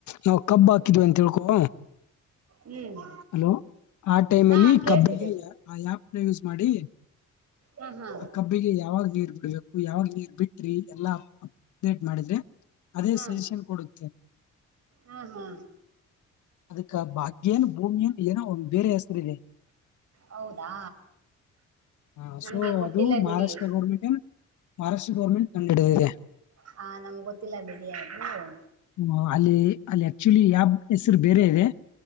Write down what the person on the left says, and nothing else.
ನಾವು ಕಬ್ಬ ಹಾಕಿದ್ವಿ ಅಂತ್ ತಿಳ್ಕೊ.
ಹಲೋ ಆ ಟೈಮ್ಲ್ಲಿ
ಕಬ್ಬಿಗೆ ಆ ಆಪ್ನ ಯೂಸ್ ಮಾಡಿ.
ಆ ಕಬ್ಬಿಗೆ ಯಾವಾಗ್ ನೀರ್ ಬಿಡ್ಬೇಕು ಯಾವಾಗ್ ನೀರ್ ಬಿಟ್ರಿ ಎಲ್ಲಾ. ಅಪ್ಡೇಟ್ ಮಾಡಿದ್ರೆ ಅದೇ
ಸಜೆಷನ್ ಕೊಡುತ್ತೆ.
ಅದಕ್ಕ ಭಾಗ್ಯನ್ ಭೂಮ್ಯನ್ ಏನೋ ಒನ್ ಬೇರೆ ಹೆಸ್ರ್ ಇದೆ.
ಹಾ
ಸೊ
ಅದು ಮಹಾರಾಷ್ಟ್ರ
ಗೌರ್ಮೆಂಟ್ ಏನ್. ಮಹಾರಾಷ್ಟ್ರ ಗೌರ್ಮೆಂಟ್ ಕಂಡಿಡಿದಿದೆ.
ಹ್ಮ ಅಲ್ಲಿ ಅಲ್ಲಿ ಆಕ್ಚುಲಿ ಆಪ್ ಹೆಸ್ರು ಬೇರೆ ಇದೆ.